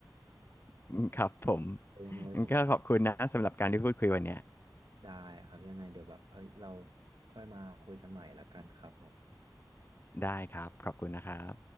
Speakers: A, on the left; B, on the right.
A: อืมครับผม
B: แต่ยังไงผมแบบ
A: งั้นก็ขอบคุณนะสำหรับการที่พูดคุยวันเนี้ย
B: ได้ครับยังไงเดี๋ยวแบบเอ้ยเราค่อยมาคุยกันใหม่ละกันครับผม
A: ได้ครับขอบคุณนะครับ